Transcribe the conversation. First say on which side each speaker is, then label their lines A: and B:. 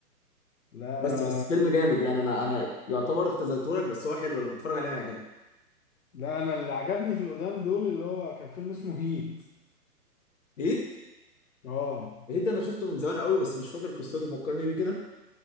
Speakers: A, on the left; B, on the left.
A: لا
B: بس
A: انا
B: بس فيلم جامد يعني انا انا يعتبر اختزلته لك بس هو حلو لما تتفرج عليه هيعجبك
A: لا انا اللي عجبني في القدام دول اللي هو كان فيلم اسمه هيت
B: هيت
A: اه
B: هيت انا شفته من زمان قوي بس مش فاكر قصته فكرني بيه كده